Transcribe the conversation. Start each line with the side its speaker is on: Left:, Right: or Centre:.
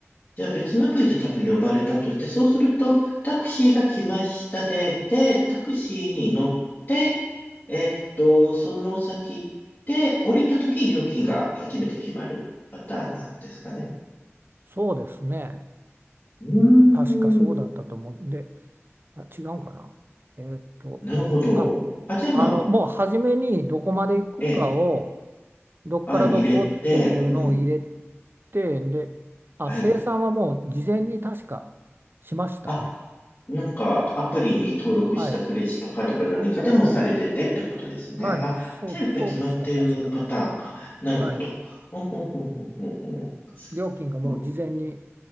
Left: じゃあ別のアプリで多分呼ばれたとして、そうするとタクシーが来ましたで、で、タクシーに乗って、えっと、その先で降りた時に料金が初めて決まるパターンなんですかね。
Right: そうですね。
Left: うーん。
Right: 確かそうだったと思うんで、あ、違うかな。えーっと、
Left: なるほど。
Right: あ、
Left: あ、じゃあまあ、
Right: あの、もう初めにどこまで行くかを、
Left: ええ。
Right: どっからどこっていうのを入れ
Left: あ、入れて、うん。
Right: て、で、あ、
Left: はい。
Right: 生産はもう事前に確かしましたね。
Left: あ、なんか、アプリに登録したクレジットカードか何かでもされててってことですね。
Right: はい。はい。
Left: あ、
Right: そう、
Left: じゃあやっぱ決まってるパターンか。
Right: そうでした。確か。
Left: なるほど。
Right: はい。
Left: うんうんうんうんうんうん。
Right: 料金がもう事前に、
Left: そう